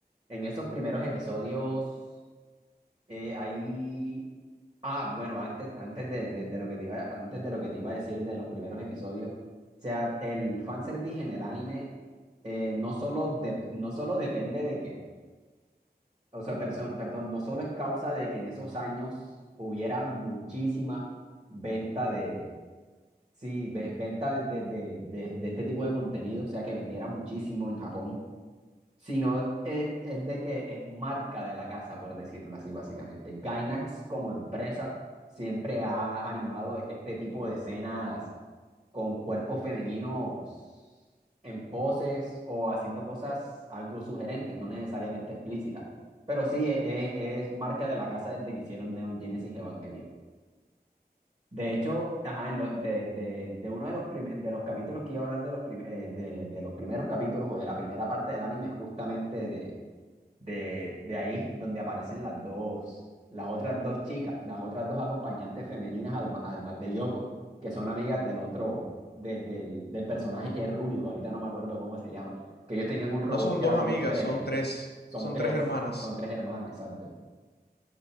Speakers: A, on the right (about 35°); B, on the left (about 85°).
A: En esos primeros episodios. Eh, ahí, ah, bueno, antes, antes de, de- de lo que te iba, antes de lo que te iba a decir de los primeros episodios, o sea, el fanservice en el anime eh, no solo, de- no solo depende de que, o sea, perso- perdón, no solo es causa de que en esos años hubiera muchísima venta de, sí, ve- venta de, de, de, de de este tipo de contenido, o sea, que vendiera muchísimo en Japón sino es, es de que es marca de la casa, por decirlo así, básicamente. Gainax como empresa siempre ha animado este tipo de escenas con cuerpos femeninos en poses o haciendo cosas algo sugerentes, no necesariamente explícitas. Pero sí, e- e- es, marca de la casa desde que hicieron Neon Genesis Evangelion. De hecho, ajá, en lo- de, de- de uno de los, prim- de los capítulos que iba a hablar de los, prim- eh, de, de los primeros capítulos o de la primera parte del anime, justamente de, de ahí donde aparecen las dos, las otras dos chicas, las otras dos acompañantes femeninas, además, además de Yoko, que son amigas del otro, de- del, del personaje que es rubio, que ahorita no me acuerdo cómo se llama, que ellos tenían un robot
B: No son
A: que
B: dos
A: era como
B: amigas,
A: una estrella.
B: son tres,
A: Son
B: son
A: tres,
B: tres hermanas.
A: son tres hermanas, exacto.